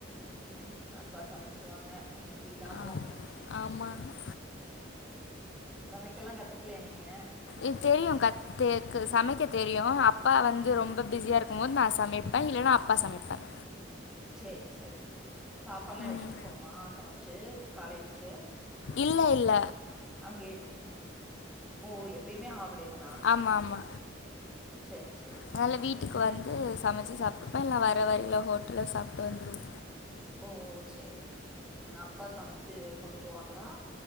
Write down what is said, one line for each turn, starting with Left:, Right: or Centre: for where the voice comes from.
Centre: ம் அப்பா சமைச்சிருவாங்க நீங்க ஃப்ரீ தா அப்போ
Left: ஆமாம் ஆமாம்
Centre: சமைக்கெல்லா கத்துக்கலையா நீங்க
Left: இது தெரியு கத்துக்கு சமைக்க தெரியு அப் அப்பா வந்து
Centre: ம்
Left: ரொம்ப
Centre: ம்
Left: பிஸியா இருக்கு போது நா சமைப்ப இல்லனா அப்பா சமைப்பாரு
Centre: சேரி சேரி சாப்பாட்லா
Left: ம்
Centre: எடுத்துட்டு போணுமா சமச்சி காலேஜ்க்கு
Left: இல்ல இல்ல
Centre: அங்கேயே குடுத்துருவாங் ஓ எப்பையுமே ஆஃப் டே தா
Left: ஆம்மாம்மா
Centre: சேரி சேரி
Left: அதனால வீட்டுக்கு வந்து சமச்சி சாப்டுப்ப இல்ல வர வழில ஹோட்டல்ல சாப்ட்டு வந்துருவோ
Centre: ஓ சேரி ம் அப்பா சமச் ச்சி கொண்டு போவாங்களா